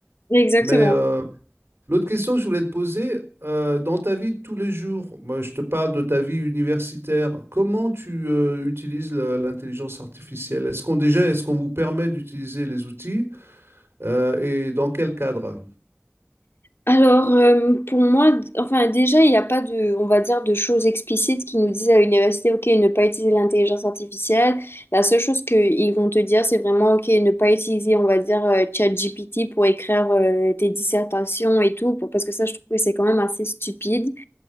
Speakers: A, on the left; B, on the right.
A: Exactement.
B: Mais euh, L'autre question que je voulais te poser, euh, dans ta vie de tous les jours, moi, je te parle de ta vie universitaire, comment tu euh, utilises la- l'intelligence artificielle? Est-ce qu'on déjà, est-ce qu'on vous permet d'utiliser les outils euh, et dans quel cadre?
A: Alors, euh, pour moi, d- enfin, déjà, il n'y a pas de, on va dire, de choses explicites qui nous disent à l'université, OK, ne pas utiliser l'intelligence artificielle. La seule chose qu'ils vont te dire, c'est vraiment, OK, ne pas utiliser, on va dire, euh, ChatGPT pour écrire euh, tes dissertations et tout, pour- parce que ça, je trouve que c'est quand même assez stupide.